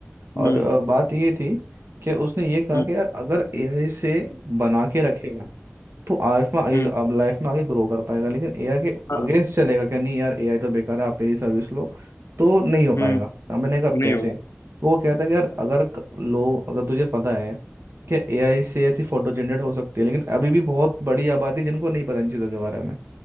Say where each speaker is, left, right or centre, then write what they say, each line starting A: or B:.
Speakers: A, on the left (about 70°); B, on the right (about 65°).
A: हम्म
B: और अ, बात ये थी कि उसने ये कहा
A: हम्म
B: कि यार अगर एआई से बना के रखेगा तो आइफ में आगे
A: हम्म,
B: अब लाइफ में आगे ग्रो कर पाएगा लेकिन एआई के
A: हाँ
B: अगेंस्ट चलेगा क्या नहीं यार एआई तो बेकार है आप मेरी सर्विस लो तो नहीं हो पाएगा
A: हम्म
B: अब मैंने कहा अब
A: नहीं
B: कैसे
A: होगा
B: तो वो कहता है कि यार अगर क- लोग अगर तुझे पता है कि एआई से ऐसी फोटो जनरेट हो सकती है लेकिन अभी भी बहुत बड़ी आबादी है जिनको नहीं पता इन चीज़ों के बारे में